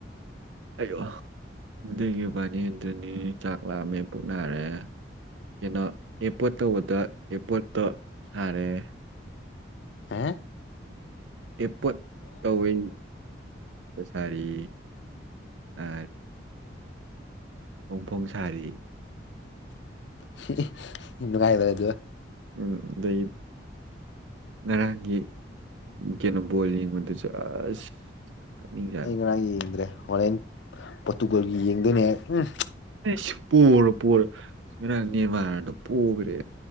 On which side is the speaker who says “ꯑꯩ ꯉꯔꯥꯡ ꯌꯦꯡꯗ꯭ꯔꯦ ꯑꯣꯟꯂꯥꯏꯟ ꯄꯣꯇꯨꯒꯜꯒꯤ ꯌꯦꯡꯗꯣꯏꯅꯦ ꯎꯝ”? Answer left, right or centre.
Left